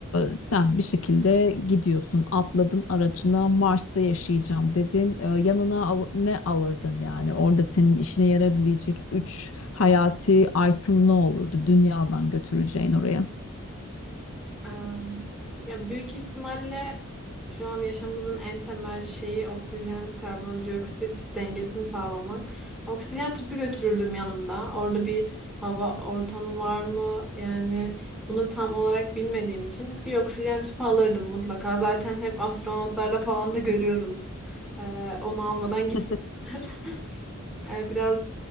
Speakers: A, on the left; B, in the centre.
A: sen bir şekilde gidiyorsun, atladın aracına Mars'ta yaşayacağım dedin. Ee, yanına al- ne alırdın yani? Orada senin işine yarayabilecek üç hayati item ne olurdu dünyadan götüreceğin oraya?
B: Ee, Ya büyük ihtimalle şu an yaşamımızın en temel şeyi oksijen karbondioksit dengesini sağlamak. Oksijen tüpü götürürdüm yanımda. Orada bir hava ortamı var mı? Yani bunu tam olarak bilmediğim için bir oksijen tüpü alırdım mutlaka. Zaten hep astronotlarda falan da görüyoruz. Ee, onu almadan gitsinler.
A: <laughs>
B: <laughs> Ee, biraz